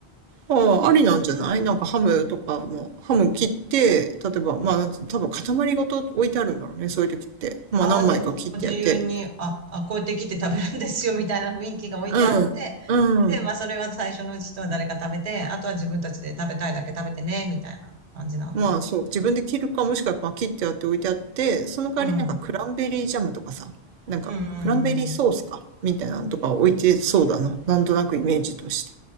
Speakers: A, on the right (about 55°); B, on the right (about 80°).
A: ああ、ありなんじゃないなんかハムとかも、
B: うん、
A: ハム切って、例えば、まあ、なんていうの、多分塊ごと置いてあるんだろうね、そういう時って。まあ、
B: ああ、
A: 何枚か切ってやって。
B: で、ご自由に、あ、あ、こうやって切って食べるんですよ、みたいな雰囲気が置いてあって、
A: うん、うん。
B: で、まあ、それは最初のうちとは誰か食べて、あとは自分たちで食べたいだけ食べてね、みたいな感じなのかな。
A: まあそう、自分で切るか、もしくはまあ切ってあって置いてあって、その代わりなんかクランベリージャムとかさ、
B: うん。
A: なんかクランベリーソースか、
B: うんうんうん
A: みたいなのとか置いてそうだな。なんとなくイメージとして。